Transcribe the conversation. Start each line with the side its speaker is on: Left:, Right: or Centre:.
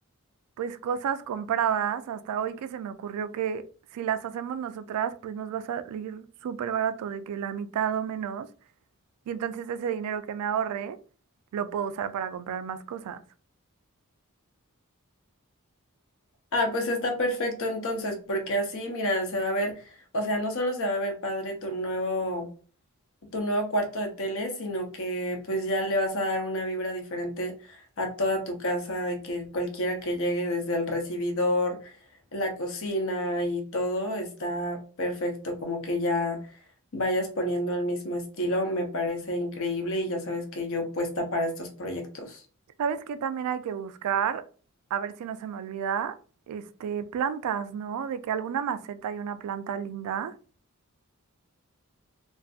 Right: pues cosas compradas hasta hoy que se me ocurrió que si las hacemos nosotras, pues nos va a salir súper barato de que la mitad o menos. Y entonces ese dinero que me ahorre lo puedo usar para comprar más cosas.
Left: Ah, pues está perfecto entonces, porque así, mira, se va a ver, o sea, no solo se va a ver padre tu nuevo, tu nuevo cuarto de tele, sino que pues ya le vas a dar una vibra diferente a toda tu casa, de que cualquiera que llegue desde el recibidor, la cocina y todo está perfecto, como que ya vayas poniendo el mismo estilo, me parece increíble y ya sabes que yo puesta para estos proyectos.
Right: ¿Sabes qué también hay que buscar? A ver si no se me olvida, este, plantas, ¿no? De que alguna maceta y una planta linda.